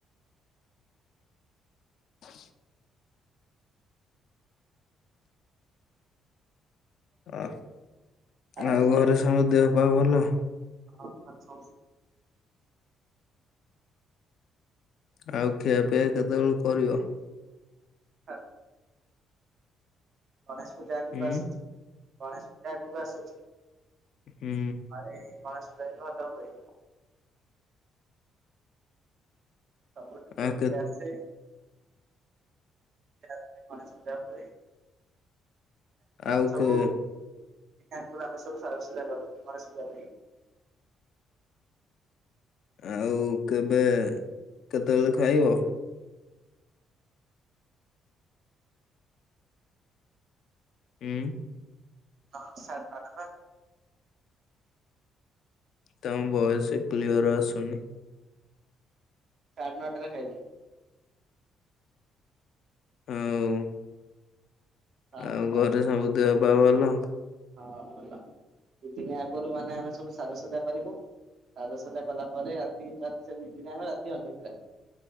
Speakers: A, on the left (about 65°); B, on the right (about 55°).
A: <inaudible> ଆ
B: ଆରାମ
A: ଆଉ
B: ସେ
A: ଘରେ ସବୁ ଦେହ ପା ଭଲ।
B: ହଁ ଘରେ ସମ
A: ଆଉ ଖିଆ ପିଆ କେତେବେଳୁ କରିବ?
B: <inaudible> ଗଣେଶ ପୂଜା ଆଗକୁ
A: ହୁଁ
B: ଆସୁଛି ଗଣେଶ ପୂଜା ଆଗକୁ ଆସୁଛି।
A: ହୁଁ।
B: ତାପରେ ଏଇ ଗଣେଶ ପୂଜା ବି ଭଲ ହୁଏ। ସବୁ
A: ଆଉ କେ
B: <unintelligible> ଆସେ। ଆସେ ଗଣେଶ ପୂଜା ହୁଏ
A: ଆଉ
B: ଆମେ ସବୁ
A: କେ
B: <unintelligible> ତା ଆଗରୁ ଆମେ ସବୁ ସାଯଶଜା କରୁ ଗଣେଶ ପୂଜା ଲାଗି।
A: ଆଉ କେବେ କେତେବେଳେ ଖୁଆଇବ। ହୁଁ।
B: ହଁ ସାଢେ ନଅ 'ଟା ପା।
A: ତମ ବୟସ କ୍ଲିଅର ଆସୁନି।
B: ସାଢେ ନଅ'ଟାରେ ଖାଇବି।
A: ହଉ
B: ହଁ
A: ଆଉ
B: ତାପରେ
A: ଘରେ ସବୁ ଦେହ ପା ଭଲ?
B: ହଁ ଆଉ ଭଲ କିଛି ଦିନି ଆଗରୁ ମାନେ ଆମେ ସବୁ ସାଜସଜା କରିବୁ। ସାଜ ସଜା କଲା ପରେ ରାତି ସେଇ ଦି ଦିନ ଆମେ ରାତି ଅନିଦ୍ରା।